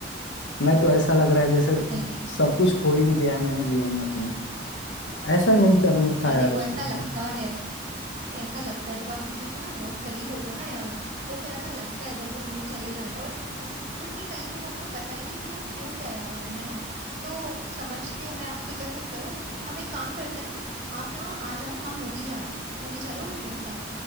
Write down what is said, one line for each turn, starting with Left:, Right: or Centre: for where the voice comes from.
Left: मैं तो ऐसा लग रहा है जैसे
Right: नहीं नहीं
Left: सब कुछ खो ही दिया है मैंने जीवन में अपने ऐसा नहीं करना
Right: नहीं
Left: था यार
Right: देखो
Left: उसको
Right: ऐसा लगता
Left: सर
Right: है ऐसा लगता है जब आप किसी से ना बहुत करीब होते हो ना यार तो फिर ऐसा लगता है जब वो दूर चले जाता है और उस उसी टाइम जब आपको पता ही नहीं हो कि वो क्यों गया है है ना तो समझती हूँ मैं आप फिक्र मत करो हम एक काम करते हैं ना आप ना आ जाओ हम मूवी जाते हैं मूवी चलोगे मेरे साथ